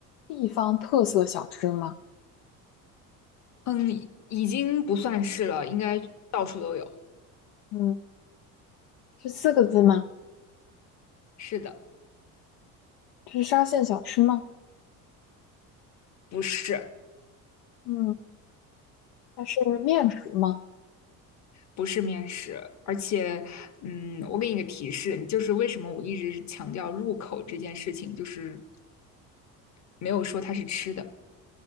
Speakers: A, on the left; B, on the left.
A: 地方特色小吃吗？
B: 嗯，已经不算是了，应该到处都有。
A: 嗯，是四个字吗？
B: 是的，
A: 是沙县小吃吗？
B: 不是，
A: 嗯，它是面食吗？
B: 不是面食，而且，嗯，我给你个提示，就是为什么我一直强调入口这件事情，就是没有说它是吃的，